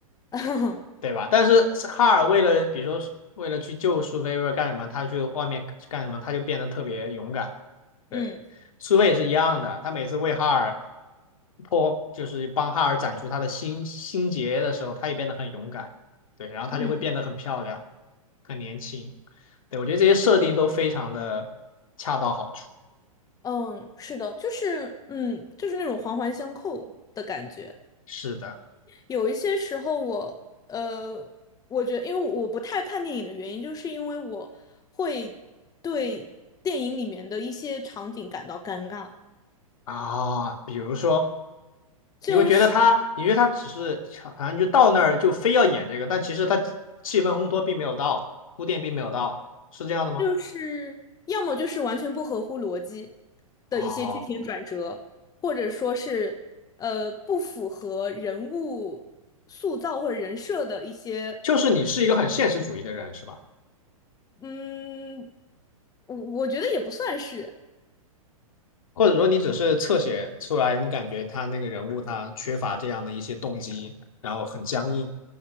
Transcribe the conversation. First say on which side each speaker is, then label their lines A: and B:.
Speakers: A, on the left (about 20°); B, on the left (about 70°).
A: <laughs>
B: 对吧？但是哈尔为了，比如说为了去救苏菲，为了干什么，他去外面去干什么，他就变得特别勇敢。对，
A: 嗯
B: 苏菲也是一样的，他每次为哈尔破，就是帮哈尔斩除他的心心结的时候，他也变得很勇敢。对，然后他就会变得很漂亮，
A: 嗯，
B: 很年轻。对，我觉得这些设定都非常的恰到好处。
A: 嗯，是的，就是嗯，就是那种环环相扣的感觉。
B: 是的
A: 有一些时候我，呃，我觉得，因为我不太看电影的原因，就是因为我会对电影里面的一些场景感到尴尬，
B: 啊，比如说。
A: 就是
B: 你会觉得他，你觉得他只是好像就到那儿就非要演这个，但其实他气氛烘托并没有到，铺垫并没有到，是这样的吗？
A: 就是要么就是完全不合乎逻辑的一些剧情转折，
B: 哦，
A: 或者说是呃不符合人物塑造或者人设的一些，
B: 就是你是一个很现实主义的人，是吧？
A: 嗯，我我觉得也不算是，
B: 或者说你只是侧写出来，你感觉他那个人物他缺乏这样的一些动机，然后很僵硬